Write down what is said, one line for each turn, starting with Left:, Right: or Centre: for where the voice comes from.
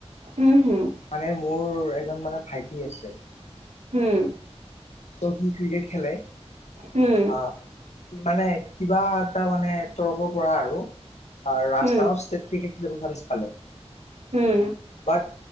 Right: উম হুম
Left: মানে মোৰ এজন মানে ভাইটি আছে।
Right: উম
Left: ত' সি ক্ৰিকেট খেলে
Right: উম,
Left: আহ সি মানে কিবা এটা মানে তৰফৰ পৰা আৰু ৰাজস্থানত
Right: উম,
Left: ষ্টেট ক্ৰিকেট খেলিব ভাল পালে
Right: উম
Left: বাট